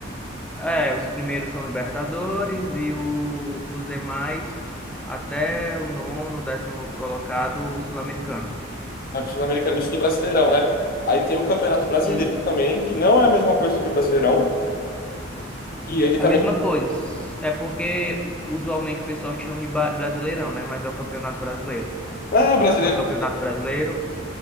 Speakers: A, in the centre; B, on the left.
A: É, os primeiros são Libertadores e o- os demais até o nono, décimo colocado Sul-Americano.
B: Campeonato sul americana isso do Brasileirão, né? Aí tem o Campeonato Brasileiro
A: E
B: também, que não é a mesma coisa que o Brasileirão. E ele
A: a
B: também.
A: mesma coisa. É porque usualmente o pessoal chama de ba- Brasileirão, né? Mas é o Campeonato Brasileiro.
B: Ah, brasileiro.
A: É o Campeonato Brasileiro,